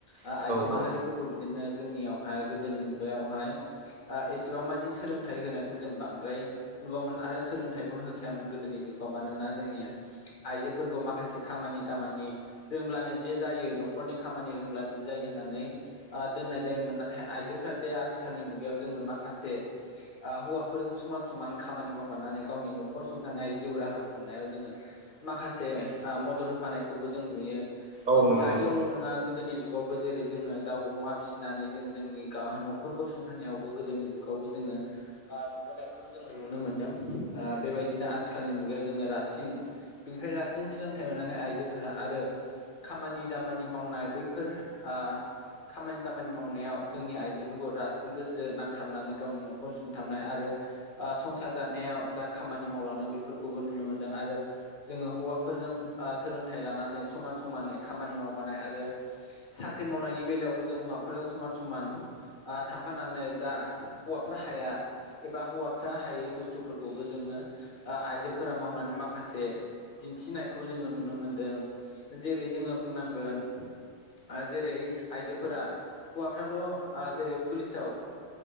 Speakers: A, on the left; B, on the right.
A: ओ
B: नोंथां।
A: आइजो
B: औ
A: माहारिफोरखौ
B: औ
A: बिदिनो जोंनियावहाय गोदोनि मुगायावहाय ओ एसेबां मानि सोलोंथाइ होनायखौ जों बांद्राय नुवामोन आरो सोलोंथाइखौनो होखायामोन गो गोदोनि जुगाव मानोना जोंनि आइजोफोरखौ माखासे खामानि दामानि रोंब्लानो जे जायो न'खरनि खामानि रोंब्लानो जे जायो होननानै ओ दोननाय जायोमोन नाथाय आइजोफोरा दे आथिखालनि मुगायाव जोङो माखासे ओ हौवाफोरजों समान समान खामानि मावफानानै गावनि न'खर सुंथानाय जिउ राहा खुंनायाव जोङो माखासे ओ मदद होफानायखौबो जों नुयो।
B: औ
A: उम
B: नंगौ
A: दानियावल'
B: नोंथां
A: नङा गोदोनि जुगावबो जेरै जोङो दाउ, अमा फिसिनानै जों जोंनि गाह न'खरखौ सुंथानायावबो गोदोनि जुगावबो जोङो ओ नुबोनायखौ जोङो नुनो मोनदों ओ बेबायदिनो आथिखालनि मुगायाव जोङो रासिन बेनिफ्राय रासिन सोलोंथाइ मोननानै आइजोफोरा आरो खामानि दामानि मावनाय बैफोर आ खामानि दामानि मावनायाव जोंनि आइजोफोरखौ रासिन गोसो नांथाबनानै गावनि न'खर सुंथाबनाय आरो ओ संसार जानायाव जा खामानि मावलाङो बेफोरखौबो नुनो मोन्दों आरो जोङो हौवाफोरजों ओ सोलोंथाइ लानानै समान समानै खामानि मावफानाय आरो साख्रि मावनायनि बेलायावबो जों हौवाफोरजों समान - समान ओ थांफानानै जा हौवाफ्रा हाया एबा हौवाफ्रा हायै बुस्थुफोरखौबो जोङो ओ आइजोफोरा मावनानै माखासे दिन्थिनायखौ जोङो नुनो मोनदों। जेरै जोङो बुंनांगोन। ओ जेरै आइजोफोरा हौवाफ्राल' आ जेरै पुलिसाव